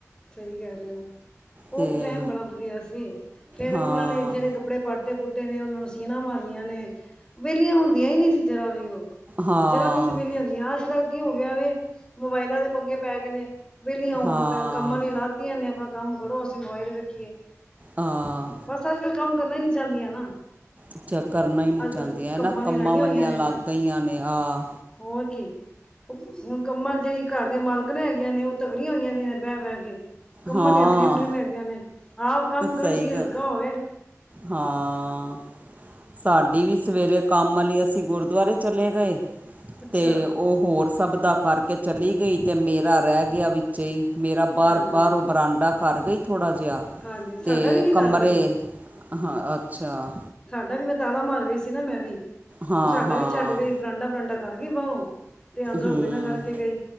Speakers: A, on the left; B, on the right.
A: ਸਹੀ ਕਹਿ ਰਹੇ ਹੋ ਉਹ
B: ਤੇ
A: ਟੈਮ ਬੜਾ ਵਧੀਆ ਸੀ ਫੇਰ
B: ਹਾਂ
A: ਉਹਨਾਂ ਨੇ ਜਿਹੜੇ। ਕੱਪੜੇ ਪਾਟੇ ਪੁੂਟੇ ਨੇ ਉਹਨਾਂ ਨੂੰ ਸੀਣਾ ਮਾਰਨੀਆਂ ਨੇ ਵਿਹਲੀਆਂ ਹੁੰਦੀਆਂ ਹੀ ਨਹੀਂ ਸੀ ਜਰਾ ਵੀ ਉਹ।
B: ਹਾਂ
A: ਜਰਾ ਨੀ ਸ ਵੇਲੀਆਂ ਹੁੰਦੀਆਂ ਅੱਜ ਕੱਲ੍ਹ ਕੀ ਹੋ ਗਿਆ ਮੋਬਾਇਲਾਂ ਦੇ ਪੰਗੇ ਪੈ ਗਏ ਨੇ ਵਲੀ ਆ
B: ਹਾਂ
A: ਲਾਤੀਆਂ ਨੇ ਆਪਣਾ ਕੰਮ ਕਰੋ ਅਸੀਂ ਮੋਬਾਈਲ ਰੱਖੀਏ
B: ਆ
A: ਬਸ ਅੱਜ ਕੱਲ ਕੰਮ ਕਰਨਾ ਹੀ ਨੀ ਜਾਂਦੀਆਂ ਨਾ
B: ਅਛਾ ਕਰਨਾ ਹੀ ਨਹੀਂ
A: ਅੱਜ
B: ਚਾਦੀਆਂ
A: ਕੱਲ੍ਹ
B: ਹਨ ਨਾ
A: ਲਈ
B: ਕੰਮਾਂ
A: ਲਾਈਆਂ
B: ਵਾਲੀਆਂ
A: ਹੋਈਆਂ ਨੇ
B: ਲੱਗ
A: ਬਸ
B: ਗਈਆਂ ਨੇ ਆਹ
A: ਹੋਰ ਕੀ ਹੁਣ ਕੰਮਾਂ ਜਿਹੜੀਆਂ ਘਰ ਦੀਆਂ ਮਾਲਕਣ ਨੇ ਹੈਗੀਆਂ ਨੇ ਉਹ ਤਕੜੀਆਂ ਹੋਈਆਂ ਦੀ ਨੇ ਬਹਿ ਬਹਿ ਕੇ ਕੰਮਾ
B: ਹਾਂ
A: ਦੀਆ ਸਲਿਮਟਰਿਮਂ ਹੈਗੀਆਂ ਨੇ ਆਪ ਕੰਮ ਕਰੋ
B: ਸਹੀ
A: ਸ਼ਰੀਰ
B: ਗ
A: ਹਲਕਾ ਹੋਵੇ।
B: ਹਾਂ ਸਾਡੀ ਵੀ ਸਵੇਰੇ ਕੰਮ ਵਾਲੀ ਅਸੀਂ ਗੁਰਦੁਆਰੇ ਚਲੇ ਗਏ।
A: ਅੱਛਾ
B: ਤੇ ਉਹ ਹੋਰ ਸਭ ਦਾ ਕਰਕੇ ਚਲੀ ਗਈ ਤੇ ਮੇਰਾ ਰਹਿ ਗਿਆ ਵਿਚ ਹੀ। ਮੇਰਾ ਬਾਹਰ
A: ਹਾਂਜੀ
B: ਬਾਹਰੋਂ ਬਰਾਂਡਾ ਕਰ ਗਈ ਥੋੜ੍ਹਾ ਜਿਹਾ ਅਤੇ
A: ਹਾਂਜੀ ਸਾਡਾ ਵੀ ਨੀ ਕਰ
B: ਕਮਰੇ।
A: ਗਏ ਜੇ
B: ਹਾਂ ਅੱਛਾ।
A: ਸਾਡਾ ਵੀ ਮੈਂ ਤਾਲਾ ਮਾਰ ਗਈ ਸੀ ਨਾ ਮੈਂ ਵੀ
B: ਹਾਂ
A: ਤੇ ਸਾਡਾ
B: ਹਾਂ
A: ਵੀ ਛੱਡ ਗਈ। ਬਰਾਂਡਾ ਬਰਾਂਡਾ ਕਰ ਗਈ ਬਾਹਰੋਂ ਤੇ ਅੰਦਰੋਂ
B: ਹੂੰ
A: ਕੋਈ ਨਾ ਕਰਕੇ ਗਈ।